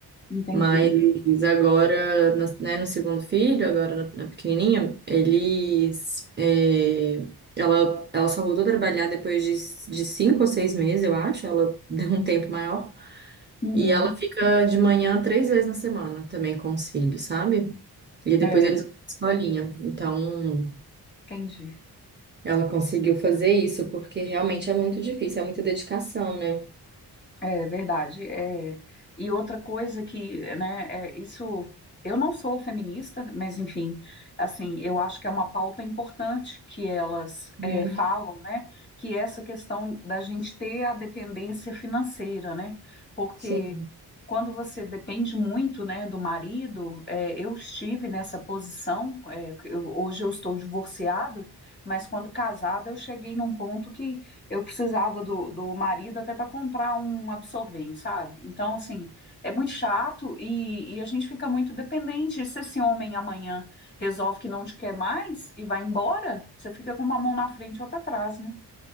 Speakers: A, on the left; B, on the right.
A: Entendi.
B: Mas agora, no, né, no segundo filho, agora na, na pequenininha, eles. é, ela, ela só voltou a trabalhar depois de, de cinco ou seis meses, eu acho. Ela <laughs> deu um tempo maior.
A: Uhum.
B: E ela fica de manhã três vezes na semana também com os filhos, sabe? E depois
A: É,
B: eles vão pra escolinha. Então,
A: entendi.
B: ela conseguiu fazer isso, porque realmente é muito difícil, é muita dedicação, né?
A: É verdade. É. E outra coisa que, né, é isso. Eu não sou feminista, mas enfim, assim, eu acho que é uma pauta importante que elas
B: Muito.
A: é, falam, né? Que é essa questão da gente ter a dependência financeira, né? Porque
B: Sim,
A: quando você depende muito, né, do marido, é, eu estive nessa posição. é, que eu- hoje eu estou divorciada, mas quando casada eu cheguei num ponto que eu precisava do, do marido até para comprar um absorvente, sabe? Então, assim, é muito chato e, e a gente fica muito dependente. se esse homem amanhã resolve que não te quer mais e vai embora, você fica com uma mão na frente e outra atrás, né?